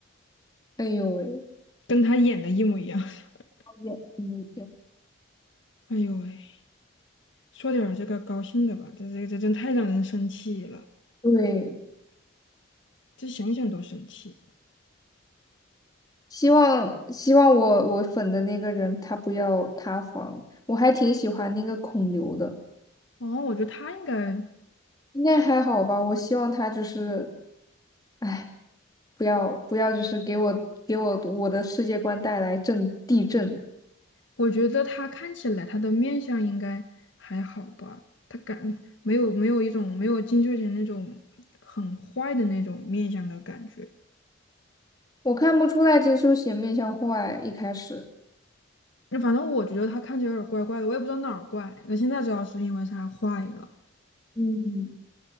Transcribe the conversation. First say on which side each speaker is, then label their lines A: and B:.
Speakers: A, on the left; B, on the left.
A: 哎呦喂，
B: 跟他演的一模一样。<laughs>
A: 也嗯，
B: 哎呦喂！说点儿这个高兴的吧，这这这真太让人生气了，
A: 对，
B: 这想想都生气。
A: 希望希望我我粉的那个人他不要塌房，我还挺喜欢那个孔刘的，
B: 哦，我觉得他应该，
A: 应该还好吧，我希望他就是哎，不要不要，就是给我给我我的世界观带来震地震。
B: 我觉得他看起来他的面相应该还好吧，他感没有没有一种没有金秀贤那种很坏的那种面相的感觉。
A: 我看不出来金修贤面相坏，一开始。
B: 那反正我觉得他看起来有点怪怪的，我也不知道哪儿怪。那现在知道是因为他坏了。
A: 嗯，